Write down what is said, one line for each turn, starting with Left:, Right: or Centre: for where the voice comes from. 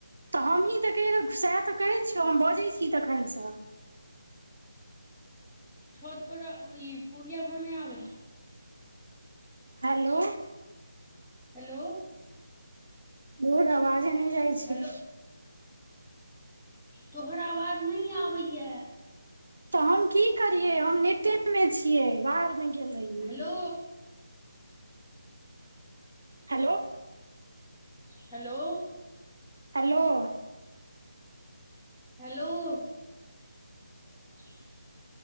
Right: तऽ हमहीं तऽ कह रह सएह तऽ कहै छियौ हम बजै छी तखनसँ
Centre: छत प ओ पुरिया घरमे आब
Right: हेलो
Centre: हेलो
Right: भोर आवाजे नहि जाइ छै
Centre: हेलो तोहर आवाज नहि आबैय
Right: त हम की करियए हम नेटे मे छियै बाहर मे गेल रहियै
Centre: hello
Right: hello
Centre: hello
Right: hello
Centre: hello <inaudible>